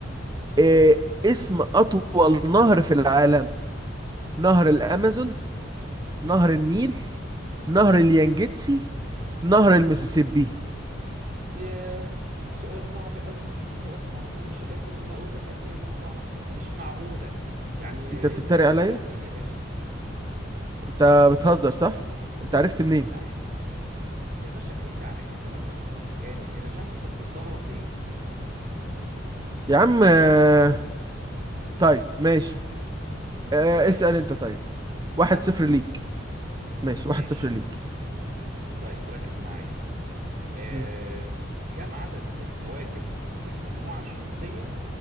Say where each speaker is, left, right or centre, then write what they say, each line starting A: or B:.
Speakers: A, on the right; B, on the right.
A: آه... اسم اطول نهر في العالم نهر الامازون نهر النيل نهر اليانجيتسي نهر المسيسيبي
B: ياه سؤال صعب قوي سؤال صعب مش قادر ان اقول لك قد ايه انه صعب مش معقولة يعني
A: انت بتتريق
B: آه، الاجابة
A: عليا
B: نهر النيل يا باشا
A: انت بتهزر صح انت عرفت منين
B: لا يا باشا يا باشا انت عارف ان انا مثقف وجامد انا مش عارف انت بتستغرب ليه
A: يا عم آه... طيب ماشي آه...
B: ما تعيطش
A: اسأل انت طيب واحد
B: انا عايزك
A: صفر
B: ما تعيطش
A: ليك ماشي
B: ماشي
A: واحد صفر ليك
B: طيب ركز معايا آه...
A: مم.
B: كم عدد الكواكب في المجموعة الشمسية